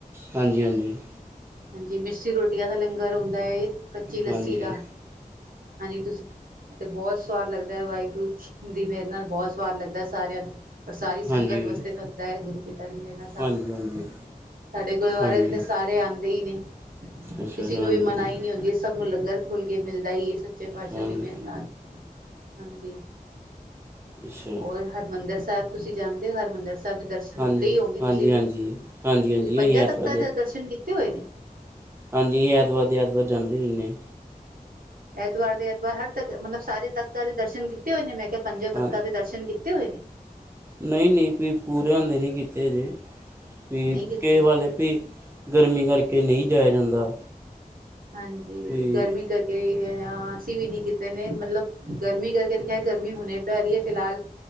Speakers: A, on the right; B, on the right.
A: ਹਾਂਜੀ ਹਾਂਜੀ।
B: ਹਾਂਜੀ, ਮਿੱਸੀ ਰੋਟੀਆਂ ਦਾ ਲੰਗਰ ਹੁੰਦਾ ਏ। ਕੱਚੀ ਲੱਸੀ
A: ਹਾਂਜੀ
B: ਦਾ
A: ਹਾਂਜੀ
B: ਹਾਂਜੀ ਤੁਸੀਂ ਬਹੁਤ- ਸਵਾਦ ਲੱਗਦਾ। ਵਾਹਿਗੁਰੂ ਦੀ ਮੇਹਰ ਨਾਲ ਬਹੁਤ ਸਵਾਦ ਲੱਗਦਾ ਸਾਰਿਆਂ ਨੂੰ। ਪਰ ਸਾਰੀ
A: ਹਾਂਜੀ
B: ਸੰਗਤ ਵਾਸਤੇ
A: ਹਾਂਜੀ
B: ਬਣਦਾ ਗੁਰੂ ਪਿਤਾ ਦੀ ਮਿਹਰ ਨਾ ਸਭ-
A: ਹਾਂਜੀ ਹਾਂਜੀ
B: ਸਾਡੇ ਗੁਰਦੁਆਰੇ
A: ਹਾਂਜੀ
B: ਤੇ ਸਾਰੇ ਆਂਦੇ ਈ ਨੇ।
A: ਅੱਛਾ
B: ਕਿਸੇ
A: ਹਾਂਜੀ
B: ਨੂੰ ਵੀ ਮਨਾਹੀ
A: ਹਾਂਜੀ
B: ਨੀ ਹੁੰਦੀ ਇਹ ਸਭ ਨੂੰ ਲੰਗਰ ਖੁਲ ਕੇ ਮਿਲਦਾ ਈ ਸ- ਸੱਚੇ ਪਾਤਸ਼ਾਹ
A: ਹਾਂਜੀ
B: ਦੀ ਮੇਹਰ ਨਾਲ, ਹਾਂਜੀ।
A: ਅੱਛਾ
B: ਹੋਰ, ਹਰਿਮੰਦਰ ਸਾਹਿਬ ਤੁਸੀਂ ਜਾਂਦੇ ਹੋ? ਹਰਿਮੰਦਰ ਸਾਹਿਬ ਦੇ ਦਰਸ਼ਨ
A: ਹਾਂਜੀ
B: ਕੀ ਤੇ ਹੀ ਹੋਓਗੇ ਤੁਸੀਂ
A: ਹਾਂਜੀ
B: ਵੀ।
A: ਹਾਂਜੀ ਹਾਂਜੀ
B: ਤੁਸੀਂ
A: ਹਾਂਜੀ ਅਸੀਂ
B: ਪੰਜਾਂ
A: ਐਤਵਾਰ
B: ਤਖ਼ਤ ਦੇ ਦਰਸ਼ਨ ਕੀਤੇ ਹੋਏ ਨੇ?
A: ਹਾਂਜੀ, ਐਤਵਾਰ ਤੇ ਐਤਵਾਰ ਜਾਂਦੇ ਰਹਿਣੇ ਆ।
B: ਐਤਵਾਰ ਦੇ ਐਤਵਾਰ ਹਰ ਤੱਖਤ, ਮਤਲਬ ਸਾਰੇ ਤਖ਼ਤਾਂ ਦੇ ਦਰਸ਼ਨ ਕੀਤੇ ਹੋਏ ਨੇ ਮੈਂ ਕਿਹਾ। ਪੰਜੋਂ
A: ਹਾਂ
B: ਤਖ਼ਤਾਂ
A: ਹਾਂ
B: ਦੇ ਦਰਸ਼ਨ ਕੀਤੇ ਹੋਏ ਨੇ?
A: ਨਹੀਂ ਨਹੀਂ ਜੀ ਪੂਰਿਆਂ ਦੇ ਨੀ ਕੀਤੇ ਹਜੇ। ਵੇਖ
B: ਨਹੀਂ ਕੀਤੇ
A: ਕੇ ਵੱਲ ਵੀ ਗਰਮੀ ਕਰਕੇ ਨਹੀਂ ਜਾਇਆ ਜਾਂਦਾ।
B: ਹਾਂਜੀ,
A: ਵੀ
B: ਗਰਮੀ ਕਰਕੇ ਵੀ ਐ ਅਸੀਂ ਵੀ ਨਹੀਂ ਕੀਤੇ ਨੇ। ਮਤਲਬ ਗਰਮੀ ਕਰਕੇ ਤਾਂ ਖੈਰ, ਗਰਮੀ ਹੋਣੀ ਪੈ ਰਹੀ ਹੈ ਫਿਲਹਾਲ